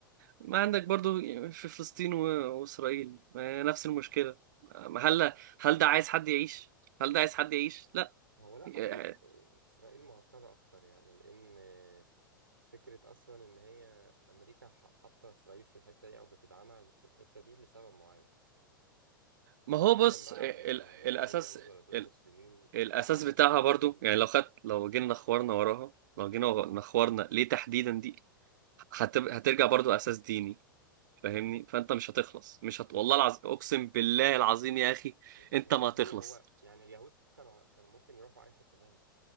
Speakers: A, on the right; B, on the right.
A: ما عندك برضو في فلسطين و- وإسرائيل آه، نفس المشكلة آه، هل هل ده عايز حد يعيش؟ هل ده عايز حد يعيش؟ لا
B: هو لا قضيه
A: آه،
B: آه، اسرائيل معقده اكتر يعني لان آه، فكره اصلا ان هي امريكا ح- حاطه اسرائيل في الحته دي او بتدعمها في الحته دي لسبب معين
A: ما هو
B: بعيدا
A: بص
B: بقى
A: آه،
B: عن
A: ال-
B: هم
A: الأساس
B: دول يهود ولا دول
A: ال-
B: مسلمين
A: الأساس
B: عادي
A: بتاعها
B: حتى لو
A: برضو
B: دول
A: يعني لو خدت لو جينا نخورنا وراها لو جينا نخورنا ليه تحديدا دي هتب- هترجع برضو أساس ديني فاهمني فانت مش هتخلص مش هت... والله العظيم اقسم بالله العظيم يا اخي
B: مش
A: انت
B: اساس
A: ما هتخلص
B: ديني هو يعني اليهود كانوا كانوا ممكن يروحوا اي حته تاني